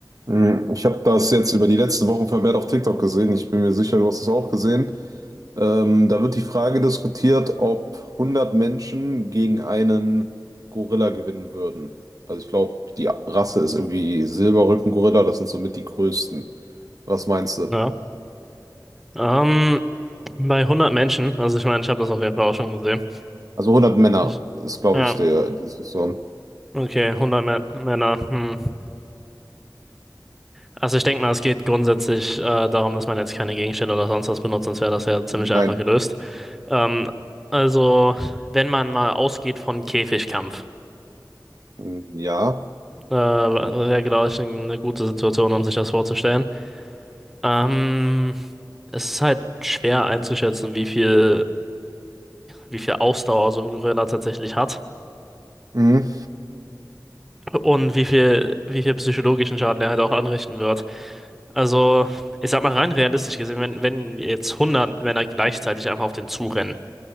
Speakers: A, on the right; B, in the centre.
A: Hm, Ich habe das jetzt über die letzten Wochen vermehrt auf TikTok gesehen. Ich bin mir sicher, du hast es auch gesehen. Ähm, da wird die Frage diskutiert, ob 100 Menschen gegen einen Gorilla gewinnen würden. Also ich glaube, die Rasse ist irgendwie Silberrücken-Gorilla. Das sind somit die größten. Was meinst du?
B: Ja. Ähm, bei hundert Menschen, also ich meine, ich habe das auf jeden Fall auch schon gesehen.
A: Also 100 Männer
B: Ich,
A: ist, glaube
B: ja,
A: ich, der die Diskussion.
B: okay, hundert Mä Männer. Hm. Also ich denke mal, es geht grundsätzlich äh, darum, dass man jetzt keine Gegenstände oder sonst was benutzt, sonst wäre das ja ziemlich einfach
A: Nein,
B: gelöst. Ähm, also, wenn man mal ausgeht von Käfigkampf,
A: Hm, ja.
B: äh, wäre, glaube ich, eine gute Situation, um sich das vorzustellen. Ähm, es ist halt schwer einzuschätzen, wie viel, wie viel Ausdauer so ein Gorilla tatsächlich hat.
A: Mhm.
B: und wie viel, wie viel psychologischen Schaden der halt auch anrichten wird. Also, ich sag mal rein realistisch gesehen, wenn, wenn jetzt 100 Männer gleichzeitig einfach auf den zurennen,